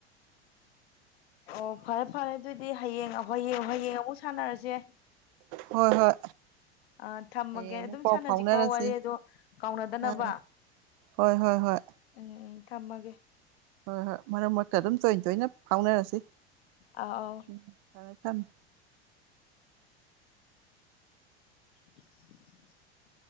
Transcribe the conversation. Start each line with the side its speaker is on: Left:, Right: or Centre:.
Left: ꯑꯣ ꯐꯔꯦ ꯐꯔꯦ ꯑꯗꯨꯏꯗꯤ ꯍꯌꯦꯡ ꯑ ꯍꯣꯌꯦꯡ ꯍꯣꯌꯦꯡ ꯑꯃꯨꯛ ꯁꯥꯟꯅꯔꯁꯦ꯫
Right: ꯍꯣꯏ ꯍꯣꯏ
Left: ꯑ ꯊꯝꯃꯒꯦ
Right: ꯍꯌꯦꯡ
Left: ꯑꯗꯨꯝ
Right: ꯑꯃꯨꯛ ꯄꯥꯎ
Left: ꯁꯥꯟꯅꯁꯤꯀꯣ
Right: ꯐꯥꯎꯅꯔꯁꯤ
Left: ꯋꯥꯔꯤ ꯑꯗꯣ ꯀꯥꯎꯅꯗꯅꯕ
Right: ꯑꯥ ꯍꯣꯏ ꯍꯣꯏ ꯍꯣꯏ
Left: ꯎꯝ ꯎꯝ ꯊꯝꯃꯒꯦ꯫
Right: ꯍꯣꯏ ꯍꯣꯏ ꯃꯔꯛ ꯃꯔꯛꯇ ꯑꯗꯨꯝ ꯇꯣꯏ ꯇꯣꯏꯅ ꯐꯥꯎꯅꯔꯁꯤ꯫
Left: ꯑꯥ ꯑꯥꯎ
Right: <unintelligible> ꯊꯝꯃꯦ ꯊꯝꯃꯦ
Left: <unintelligible>